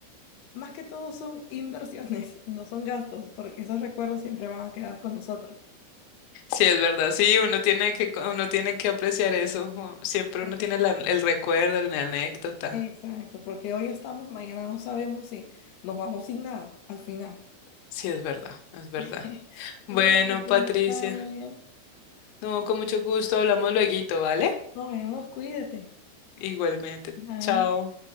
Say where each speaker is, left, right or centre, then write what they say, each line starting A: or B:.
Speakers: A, on the left; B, on the left.
A: más que todo son inversiones, <laughs> no son gastos, porque esos recuerdos siempre van a quedar con nosotros.
B: sí es verdad. Sí, uno tiene que, co- uno tiene que apreciar eso. o- Siempre
A: Porque
B: uno tiene la- el recuerdo, la anécdota.
A: Exacto, porque hoy estamos, mañana no sabemos si nos vamos sin nada al final.
B: Sí, es verdad, es verdad.
A: <laughs>
B: Bueno,
A: Gracias,
B: Patricia,
A: Natalia.
B: no, con mucho gusto, hablamos lueguito, ¿vale?
A: Nos vemos, cuídate.
B: Igualmente.
A: Bye.
B: Chao.